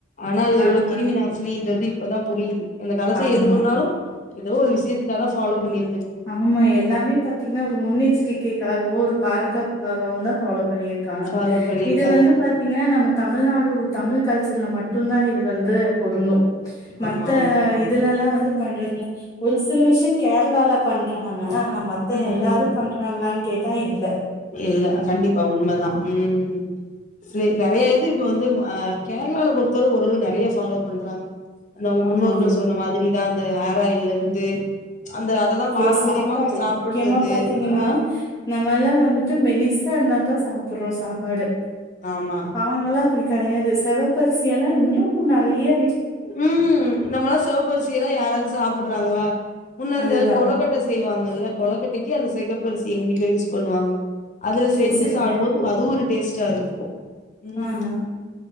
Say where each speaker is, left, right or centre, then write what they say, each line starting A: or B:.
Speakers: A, on the left (about 40°); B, on the left (about 20°).
A: ஆனா அது எவ்ளோ
B: ஆஹ
A: கிருமி நாசினின்றது இப்பதா புரியிது அந்த கலத்துல
B: ஆமா
A: எது பண்ணாலு ஏதோ ஒரு விஷயத்துக்காகதா ஃபாலோ பண்ணிருக்
B: ஆமா எல்லாமே பாத்தீங்கன்னா ஒரு முன்னெச்சரிக்கைக்காகவோ ஒரு பாதுகாப்புக்காகவோன்தா ஃபாலோ பண்ணியிருக்காங்க
A: ஃபாலோ பண்ணிருக்காங்க
B: இத வந்து பாத்தீங்கன்னா நம்ம தமிழ்நாடு தமிழ் கல்ச்சர்ல மட்டுந்தா இது வந்து பொருந்து மத்த
A: ஆமா ஆமா ஆமா
B: இதுலல்லா வந்து பண்றதுல ஒரு சில விஷ்யோ கேரளால பண்றவங்க மத்த
A: ம்
B: எல்லாரு பண்றாங்களான்னு கேட்டா இல்ல
A: இல்ல கண்டிப்பா உண்மதா உம் சில நெறயா இது இப்ப வந்து கேரளால பொறுத்தவர ஓரளவு நெறயா ஃபாலோ பண்றாங்க அந்த அவுங்க
B: ஆமாங்க
A: முன்னோர்கள் சொன்ன மாதிரிதா அந்த ஹேர் ஆயில்ல இருந்து அந்த அததா
B: அப்புறோ
A: பாரம்பரியமா
B: சாப்பாடு
A: சாப்புட்றது
B: முக்கியமா பாத்தீங்கன்னா
A: ஆ
B: நம்மெல்லா வந்து ட்டு மெலிசா இருந்தாதா சாப்பிடுறோ சாப்பாடு
A: ஆமா
B: அவங்கெல்லா அப்டி கெடையாது செவப்பரிசி எல்லா இன்னு நெறயா
A: ம் நம்மெல்லா செவப்பரிசிய எல்லா யாராவது சாப்பிடறாங்ளா முன்ன அந்த
B: அதுதா
A: கொளக்கட்ட செய்வாங்கல்ல கொளக்கட்டைக்கு அந்த செகப்பரிசிய எங்க வீட்ல யூஸ் பண்ணுவாங்க அதுல
B: சேரி
A: செஞ்சு
B: சேரிங்க
A: சாப்பிடும்போது அதுவு ஒரு டேஸ்டா இருக்கு ம்
B: ஆஹா